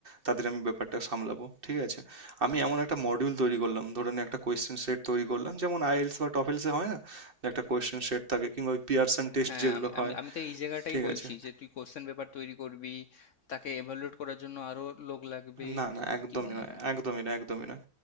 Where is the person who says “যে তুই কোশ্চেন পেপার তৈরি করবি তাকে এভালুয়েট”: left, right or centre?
Left